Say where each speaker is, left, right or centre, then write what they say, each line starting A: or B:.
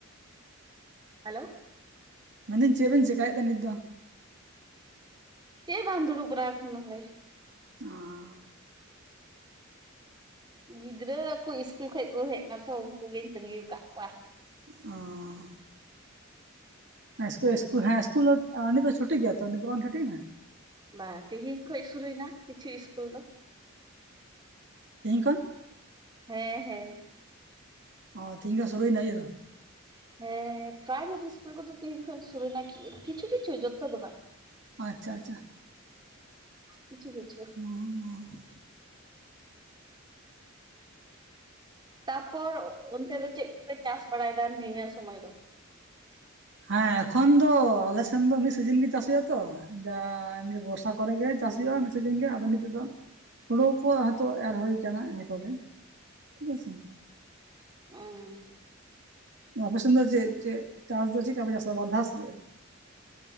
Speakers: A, on the right (about 20°); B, on the right (about 60°).
A: ᱦᱟᱞᱳᱣ᱾
B: ᱢᱮᱱ ᱫᱟᱹᱧ ᱪᱮᱜ ᱵᱮᱱ ᱪᱮᱠᱟ ᱭᱮᱜ ᱛᱮ ᱱᱤᱛ ᱫᱚ?
A: ᱪᱮᱫ ᱦᱚᱸ ᱵᱟᱝ ᱫᱩᱲᱩᱵ ᱵᱟᱨᱟ ᱟᱠᱟᱱᱟ ᱞᱮ᱾
B: ᱚᱸ᱾
A: ᱜᱤᱫᱽᱨᱟᱹ ᱠᱩ ᱤᱥᱠᱩᱞ ᱠᱷᱚᱡ ᱠᱚ ᱦᱮᱡ ᱱᱟ ᱛᱷᱚ ᱩᱱᱠᱩ ᱜᱤᱧ ᱛᱟᱺᱜᱤ ᱣᱟᱠᱟᱜ ᱠᱚᱣᱟ᱾
B: ᱚᱸᱻ᱾ ᱦᱮᱸ ᱮᱥᱠᱩ ᱮᱥᱠᱩ ᱦᱮᱸ ᱮᱥᱠᱩᱞ ᱚ ᱱᱤᱛ ᱫᱚ ᱪᱷᱩᱴᱤ ᱜᱮᱭᱟ ᱛᱚ ᱱᱤᱛ ᱫᱚ ᱵᱟᱝ ᱪᱷᱩᱴᱤᱭ ᱮᱱᱟ?
A: ᱵᱟ ᱛᱤᱦᱤᱧ ᱠᱷᱚᱱ ᱥᱩᱨᱩᱭ ᱱᱟ ᱠᱤᱪᱷᱩᱭ ᱤᱥᱠᱩᱞ ᱫᱚ᱾
B: ᱛᱮᱦᱮᱧ ᱠᱷᱚᱱᱼᱼ
A: ᱦᱮᱸ ᱦᱮᱸ᱾
B: ᱚ ᱛᱤᱦᱤᱧ ᱠᱷᱚᱡ ᱥᱩᱨᱩᱭ ᱱᱟ‌ ᱤᱭᱟᱹ ᱫᱚ᱾
A: ᱦᱮᱸ ᱯᱨᱟᱭᱵᱷᱮᱴ ᱤᱥᱠᱩᱞ ᱠᱚᱫᱚ ᱛᱤᱦᱤᱧ ᱠᱷᱚᱡ ᱥᱩᱨᱩᱭ ᱮᱱᱟ ᱠᱷᱤ ᱠᱤᱪᱷᱩ ᱠᱤᱪᱷᱩ ᱡᱚᱛᱚ ᱫᱚ ᱵᱟᱝ᱾
B: ᱟᱸᱪᱪᱷᱟ ᱟᱪᱪᱷᱟ᱾
A: <inaudible> ᱠᱤᱪᱷᱩ ᱵᱚᱪᱷᱚᱼᱼ
B: <inaudible>
A: ᱛᱟᱯᱚᱨ ᱚᱱᱛᱮ ᱫᱚ ᱪᱮᱫ ᱠᱚᱯᱮ ᱪᱟᱥ ᱵᱟᱲᱟᱭᱮᱫᱟ ᱱᱤᱭᱟᱹ ᱥᱚᱢᱚᱭ ᱫᱚ?
B: ᱦᱮᱸ ᱮᱠᱷᱚᱱ ᱫᱚ ᱟᱞᱮ ᱥᱮᱱ ᱫᱚ ᱢᱤᱫ ᱥᱤᱡᱤᱱ ᱜᱮ ᱪᱟᱥ ᱦᱩᱭᱩᱜ-ᱟ ᱛᱚ᱾ ᱡᱟ ᱮᱢᱱᱤ ᱵᱚᱨᱥᱟ ᱠᱚᱨᱮᱜᱮ ᱪᱟᱥ ᱦᱩᱭᱩᱜ-ᱟ, ᱢᱤᱫ ᱥᱤᱡᱮᱱ ᱜᱮ ᱟᱫᱚ ᱱᱤᱛᱚᱜ ᱫᱚ ᱦᱩᱲᱩ ᱠᱚ ᱦᱮᱸᱛᱚᱜ ᱮᱨ ᱦᱩᱭ ᱠᱟᱱᱟ ᱤᱱᱟᱹ ᱠᱚᱜᱮ ᱴᱷᱤᱠ ᱟᱪᱷᱮ᱾
A: ᱚᱸ᱾
B: ᱱᱟ ᱟᱯᱮ ᱥᱮᱱ ᱫᱚ ᱪᱮᱫ ᱪᱮᱜ ᱪᱟᱥ ᱫᱚ ᱪᱤᱜ ᱠᱟ ᱯᱮ ᱪᱟᱥᱟ ᱵᱟᱨ ᱫᱷᱟᱣ ᱥᱮ ᱪᱮᱫ?